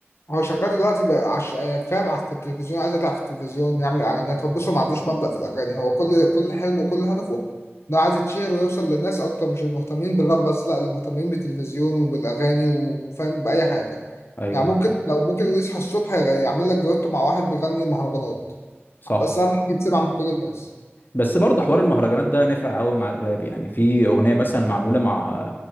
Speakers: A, on the left (about 70°); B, on the left (about 45°).
A: هو شغال دلوقتي بقى عش... فاهم على- في التلفزيون عايز يطلع في التلفزيون يعمل اعلانات هو بص هو ما عندوش مبدأ في الاغاني هو كل كل حلمه وكل هدفه انه عايز يتشهر ويوصل للناس اكتر مش المهتمين بالراب بس لا اللي مهتمين بالتلفزيون وبالاغاني و- وفاهم باي حاجه
B: ايوه
A: يعني ممكن لو ممكن يصحى الصبح يعمل لك دويتو مع واحد بيغني مهرجانات
B: صح
A: بس اهم حاجه يتسمع من كل الناس
B: بس برضه حوار المهرجانات ده نفع قوي مع الراب يعني في اغنيه مثلا معموله مع